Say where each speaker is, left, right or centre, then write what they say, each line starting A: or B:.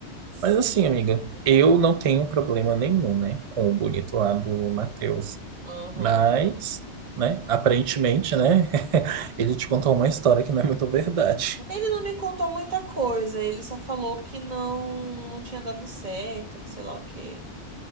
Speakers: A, on the right; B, on the right.
A: sim,
B: Mas assim, amiga, eu não tenho problema nenhum, né? Com o bonito lá do Matheus.
A: aham.
B: Mas, né? Aparentemente, né? <laughs> Ele te contou uma história que não é muito verdade.
A: Ele não me contou muita coisa, ele só falou que não, não tinha dado certo, que sei lá o quê.